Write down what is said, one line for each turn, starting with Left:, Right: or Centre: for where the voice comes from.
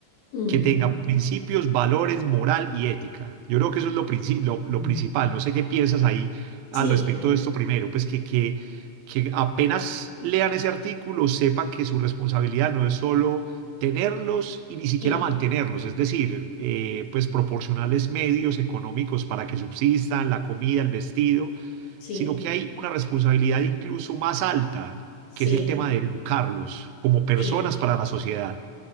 Left: Mm.
Right: que tengan principios, valores, moral y ética. Yo creo que eso es lo, princi- lo, lo
Left: Mm.
Right: principal. No sé qué piensas ahí al
Left: Sí,
Right: respecto de esto primero, pues que, que, que apenas lean ese artículo sepan que su responsabilidad no es solo tenerlos y ni siquiera
Left: sí,
Right: mantenerlos, es decir, eh, pues proporcionarles medios económicos para que subsistan, la comida, el vestido,
Left: sí,
Right: sino que hay una responsabilidad incluso más alta,
Left: sí,
Right: que es el tema de educarlos como personas
Left: sí.
Right: para la sociedad.